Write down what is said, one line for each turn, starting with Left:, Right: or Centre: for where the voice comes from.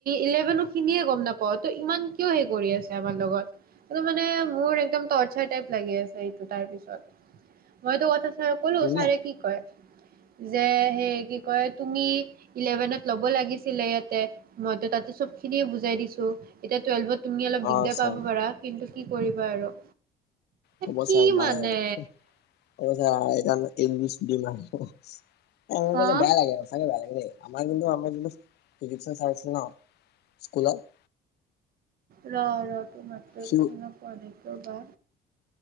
Right: ইলেভেনো খিনিয়ে গম নাপাওঁ ত ইমান কিয়। কৰি আছে আমাৰ লগত মই মানে মোৰ একদম টৰ্চাৰ লাগি আছে এইটো তাৰ পিছত মইতো কথা। ছাৰক ক'লো
Left: বুজিলা?
Right: ছাৰে কি কৰে? যে সেই কি কয় তুমি ইলেভেনত ল'ব লাগিছিলে। ইয়াতে মইতো তাতে চব খিনিয় বুজাই দিছোঁ এতিয়া টুৱেলভত। তুমি অলপ
Left: অ
Right: দিগদাৰ
Left: ছাৰ
Right: পাব পাৰা কিন্তু- কি কৰিব আৰু।
Left: হ'ব
Right: কি
Left: ছাৰ বাই
Right: মানে
Left: আৰু ছাৰ ইংলিছ দিমাৰ এনকে
Right: হা
Left: কলে বেয়া লাগে সঁচাকে বেয়া লাগেই দেই। আমাৰ কিন্তু আমাৰ যিটো ফিজিক চাইছিল ন স্কুলত।
Right: ৰ ৰ <unintelligible>
Left: সি
Right: ৰবা।